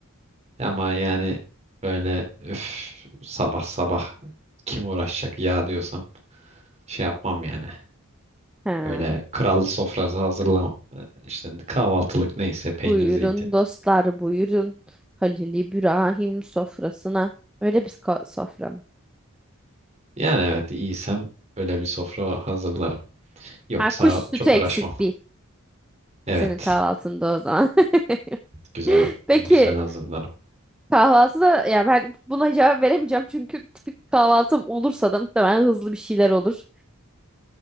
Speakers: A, on the right (about 30°); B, in the centre.
A: Ama yani böyle öf, sabah sabah kim uğraşacak ya diyorsam şey yapmam yani.
B: He.
A: Öyle kral sofrası hazırlamam. E, İşte kahvaltılık neyse peynir
B: Buyurun
A: zeytin.
B: dostlar, buyurun. Halil İbrahim sofrasına. Öyle bir ko- sofra mı?
A: Yani evet iyiysem öyle bir sofra hazırlarım. Yoksa
B: Ha, kuş sütü
A: çok
B: eksik
A: uğraşmam.
B: bir
A: Evet
B: senin kahvaltında o zaman. <laughs>
A: güzel
B: Peki
A: güzel hazırlarım.
B: Kahvaltı da ya ben buna cevap veremeyeceğim çünkü tipik kahvaltım olursa da muhtemelen hızlı bir şeyler olur.